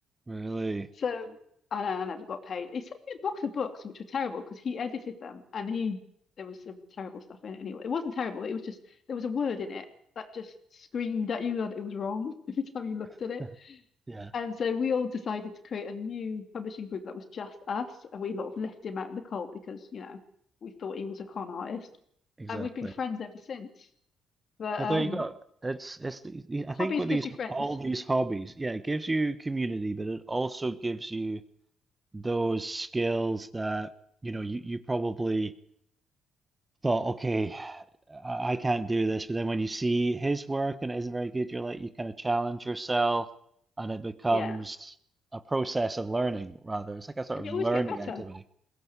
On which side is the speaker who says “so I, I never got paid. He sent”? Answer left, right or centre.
Left